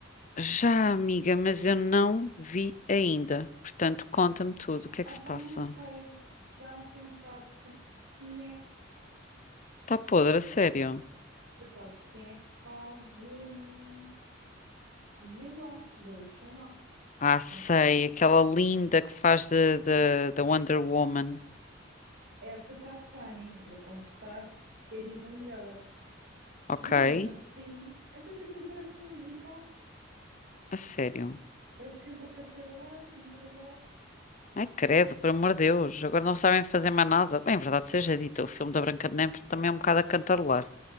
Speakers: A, on the left; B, on the right.
A: Já, amiga, mas eu não vi ainda. Portanto, conta-me tudo, o que é
B: Ah,
A: que se
B: pá,
A: passa?
B: não sei. Está assim um bocado tipo. Nhé.
A: Tá podre, a sério?
B: Tu sabes quem é que faz de, de vilã, da Bruxa Má,
A: Ah, sei,
B: ou não?
A: aquela linda que faz de, de, da Wonder Woman,
B: Essa está funny, vou confessar que é tipo a melhor.
A: ok?
B: Mas mesmo assim, é tudo aquilo que parece um musical.
A: A sério.
B: Eles sempre a cantarolar, cantarolar.
A: Ai, credo, por amor de Deus, agora não sabem fazer mais nada. Bem, verdade seja dita, o filme da Branca de Neve também é um bocado a cantarolar.